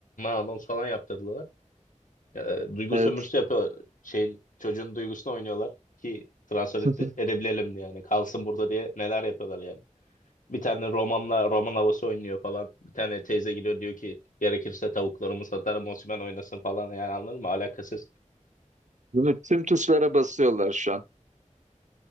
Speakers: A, on the left; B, on the right.
A: anons falan yaptırdılar. Ee, duygu
B: Evet.
A: sömürüsü yapıyor. Şeyin, çocuğun duygusunu oynuyorlar ki transfer et-
B: <laughs>
A: edebilelim diye yani. Kalsın burada diye neler yapıyorlar yani. Bir tane romanla roman havası oynuyor falan. Bir tane teyze gidiyor diyor ki gerekirse tavuklarımı satarım Osimhen oynasın falan yani anladın mı? Alakasız.
B: Bunu tüm tuşlara basıyorlar şu an.